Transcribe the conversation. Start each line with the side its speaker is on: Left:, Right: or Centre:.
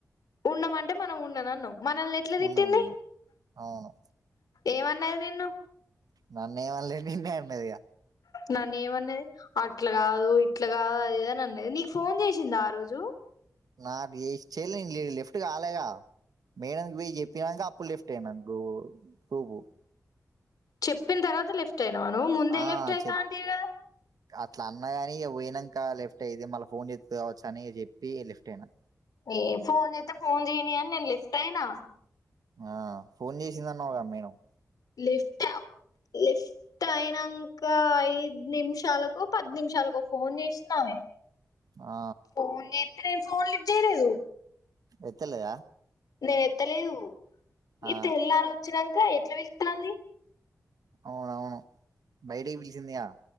Left: ఉండమంటే మనం ఉండను అన్నాం. మనల్ని ఎట్లా తిట్టింది
Right: ఉన్నాను అవును
Left: ఏమన్నది నిన్ను
Right: నన్ను ఏమనలే నిన్నే అన్నది ఇక
Left: నన్ను ఏమన్నది అట్ల కాదు ఇట్ల కాదు అది ఇది అన్నది నీకు ఫోన్ చేసింద ఆ రోజు
Right: నాకు ఏ చేయలేదు లే లీఫ్ట్ కాలేదుగా మేడం కి పోయి చెప్పినాక అప్పు లెఫ్ట్ అయినా గ గ్రూప్
Left: చెప్పిన తర్వాత లెఫ్ట్ టెనావ నువ్వు ముందే
Right: ఆ
Left: లెఫ్ట్ అయితా
Right: చెప్
Left: అంటివి కదా నువ్వు
Right: అట్లా అన్నా గాని ఇక పోయినాక లెఫ్ట్ అయిది మళ్ళ ఫోన్ చేస్తది కావచ్చు అని చెప్పి లెఫ్ట్ అయినా
Left: ఏ ఫోన్ చేస్త ఫోన్ చేయని అని నేను లెఫ్ట్ అయినా
Right: ఆ ఫోన్ చేసింది అన్నావ్ గా మేడమ్
Left: లెఫ్ట్ లెఫ్ట్ అయినంక ఐదు నిమిషాలకో పది నిమిషాలకో ఫోన్ చేసింది ఆమె
Right: ఆ
Left: ఫోన్ చేస్తే నేను ఫోన్ లిఫ్ట్ చేయలేదు.
Right: ఎత్తలేదా
Left: నేను ఎత్తలేదు
Right: ఆ
Left: ఏ తెల్లారు వచ్చినంక ఎట్ల పిలుతున్నది
Right: అవును అవును బయటకు పిలిచింది కదా